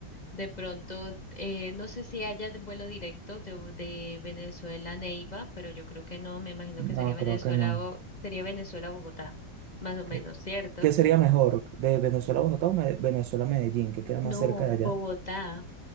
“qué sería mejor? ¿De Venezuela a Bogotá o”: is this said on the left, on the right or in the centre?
Right